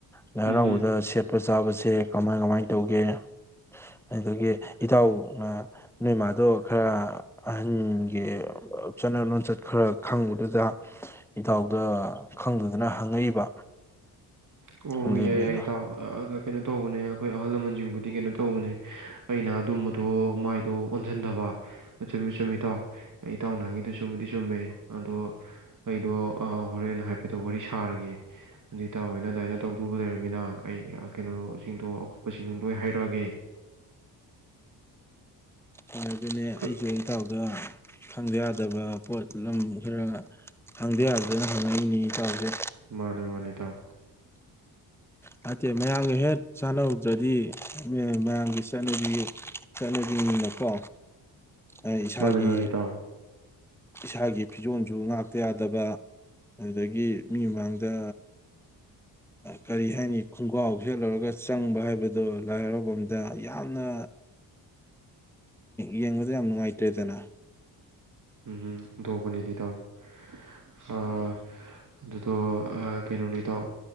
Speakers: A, in the centre; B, on the right.
A: ꯂꯥꯏ ꯍꯔꯥꯎꯕꯗ
B: ꯎꯝ ꯍꯝ
A: ꯁꯦꯠꯄ ꯆꯥꯕꯁꯦ ꯀꯃꯥꯏ ꯀꯃꯥꯏ ꯇꯧꯒꯦ ꯑꯗꯨꯗꯒꯤ ꯏꯇꯥꯎꯅ ꯅꯣꯏꯃꯥꯗꯣ ꯈꯔ ꯑꯍꯟꯒꯤ ꯆꯠꯅ ꯂꯣꯟꯆꯠ ꯈꯔ ꯈꯪꯕꯗꯨꯗ ꯏꯇꯥꯎꯗ ꯈꯪꯗꯗꯅ ꯍꯪꯉꯛꯏꯕ
B: ꯑꯣ
A: ꯑꯗꯨꯅꯤꯗ
B: ꯌꯥꯏ ꯌꯥꯏ ꯏꯇꯥꯎ ꯀꯩꯅꯣ ꯇꯧꯕꯅꯦ ꯑꯩꯈꯣꯏ ꯑꯍꯜ ꯂꯃꯟꯁꯤꯡꯕꯨꯗꯤ ꯀꯩꯅꯣ ꯇꯧꯕꯅꯦ ꯑꯩꯅ ꯑꯗꯨꯝꯕꯗꯣ ꯃꯥꯏ ꯑꯗꯣ ꯑꯣꯟꯁꯤꯟꯗꯕ ꯑ ꯆꯨꯝꯃꯤ ꯆꯨꯝꯃꯤ ꯏꯇꯥꯎ ꯏꯇꯥꯎꯅ ꯍꯪꯉꯛꯏꯗꯣ ꯆꯨꯝꯕꯨꯗꯤ ꯆꯨꯝꯃꯦ ꯑꯗꯣ ꯑꯩꯗꯣ ꯍꯣꯔꯦꯟ ꯍꯥꯏꯐꯦꯠꯇꯣ ꯋꯥꯔꯤ ꯁꯥꯔꯒꯦ ꯑꯗꯨ ꯏꯇꯥꯎ ꯅꯪꯅ ꯑꯗꯨꯃꯥꯏꯅ ꯇꯧꯗꯧꯕ ꯂꯩꯔꯕꯃꯤꯅ ꯑꯩ ꯀꯩꯅꯣꯁꯤꯡꯗꯣ ꯑꯀꯨꯠꯄꯁꯤꯡꯗꯣ ꯂꯣꯏ ꯍꯥꯏꯔꯛꯑꯒꯦ
A: ꯎꯝ ꯑꯗꯨꯅꯦ
B: ꯀ
A: ꯑꯩꯁꯨ ꯏꯇꯥꯎꯗ ꯈꯪꯗ ꯌꯥꯗꯕ ꯄꯣꯠꯂꯝ ꯈꯔ ꯍꯪꯗ ꯌꯥꯗꯗꯅ ꯍꯪꯉꯛꯏꯅꯤꯥꯅꯦ ꯢꯇꯥꯎꯗ
B: ꯃꯥꯅꯦ ꯃꯥꯅꯦ ꯢꯇꯥꯎ
A: ꯅꯠꯇꯦ ꯃꯌꯥꯝꯒ ꯍꯦꯛ ꯆꯥꯟꯅꯧꯗ꯭ꯔꯗꯤ ꯃꯌꯥꯝꯒꯤ ꯆꯠꯅꯕꯤ ꯆꯠꯂꯕꯤꯅꯤꯅ ꯀꯣ ꯑꯩ ꯏꯁꯥꯒꯤ
B: ꯃꯥꯅꯦ ꯃꯥꯅꯦ ꯏꯇꯥꯎ
A: ꯏꯁꯥꯒꯤ ꯐꯤꯖꯣꯜꯁꯨ ꯉꯥꯛꯇ ꯌꯥꯗꯕ ꯑꯗꯨꯗꯒꯤ ꯃꯤ ꯃꯃꯥꯡꯗ ꯀꯔꯤ ꯍꯥꯏꯅꯤ ꯈꯣꯡꯒꯥꯎ ꯁꯦꯠꯂꯨꯔꯒ ꯆꯪꯕ ꯍꯥꯏꯕꯗꯣ ꯂꯥꯏ ꯍꯔꯥꯎꯕꯝꯗ ꯌꯥꯝꯅ ꯌꯦꯡꯕꯗ ꯌꯥꯝ ꯅꯨꯉꯥꯏꯇ꯭ꯔꯦꯗꯅ
B: ꯎꯝ ꯑꯣꯟꯊꯣꯛꯄꯅꯤꯗ ꯏꯇꯥꯎ <unintelligible> ꯑꯥ ꯑꯗꯨꯗꯣ ꯀꯩꯅꯣꯅꯦ ꯢꯇꯥꯎ